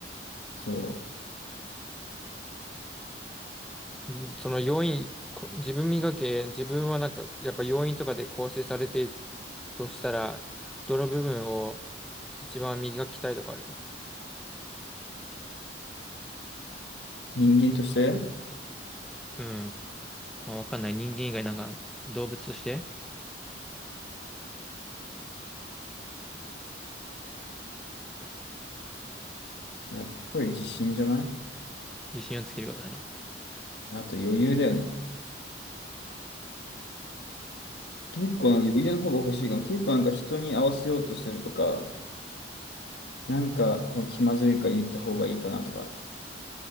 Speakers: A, on the left; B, in the centre.
A: そ
B: うんその要因、こ自分磨け、自分はなんか、やっぱ要因とかで構成されているとしたら、どの部分を一番磨きたいとかある
A: う。人間として、
B: うん。まあ、わかんない。人間以外なんか動物として
A: やっぱり自信じゃない
B: 自信をつけることね。
A: あと余裕だよね。結構なんか余裕の方が欲しいかも。結構なんか人に合わせようとするとか、なんかこの気まずいから言った方がいいかなとか、